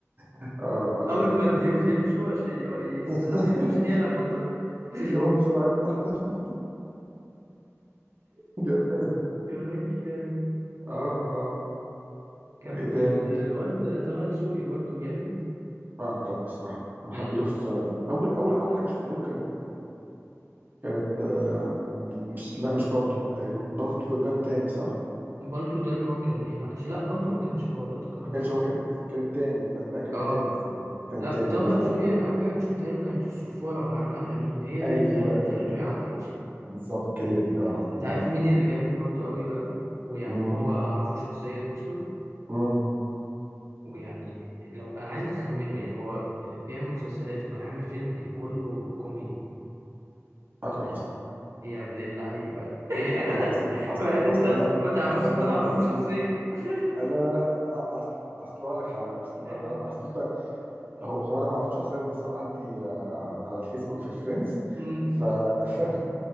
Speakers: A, on the right; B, on the right.
A: اه آه، لا
B: أول
A: لا
B: ما
A: حاجة
B: الضيوف يمشوا عشان ي- يستناه
A: <laughs>
B: يمشوا عشان يقلع بنطلون <laughs>
A: يقوم بسرعة لا <laughs> جامد قوي
B: يا راجل جامد
A: اه اه
B: كان
A: ايه تاني
B: ال- الواد طه دسوقي برضو جامد
A: آه، انا بحبه الصراحة انا
B: امم
A: حبيته في اول اول اول حاجة شفتها له كانت كانت آه، مش لا مش بالطو تقريبا بالطو ده, ده التاني صح؟
B: بالتو ده اللي هو كان ايه معلش لا بالتو ما كانش هو بالتو كان بتاعه
A: كانش هو كان كان التاني لا, لا كان
B: اه
A: التاني كان
B: لا
A: التاني
B: طه
A: انا
B: دسوقي
A: انا
B: انا اول حاجه شفتها له كانت الصفاره مع احمد امين هي دي
A: ايوه
B: اللي خلته يعدي
A: ايوه
B: اصلا
A: بالظبط هي دي اه
B: انت
A: ايوه
B: عارف مين اللي جامد برضو قوي بقى ويعني
A: امم
B: هو اعرفه شخصيا اصلا
A: امم
B: ويعني لو انا عايزك تخمنه يعني هو بيعمل مسلسلات وكان عامل فيلم كان كله كوميدي
A: اكرم حسني
B: يا ابن اللعيبة <laughs>
A: اكرم اصل اصل
B: يعني
A: اصل
B: انت ت-
A: انا
B: ما تعرفش
A: اصل انا
B: ان انا
A: بموت
B: اعرفه شخصيا <laughs>
A: لا لا لا اصل اصل اقول لك حاجه اصل
B: آه.
A: اصل انت هو, هو انا ما اعرفوش شخصيا بس هو عندي آه، على على الفيسبوك في الفريندز
B: أمم.
A: ف... ف... <laughs>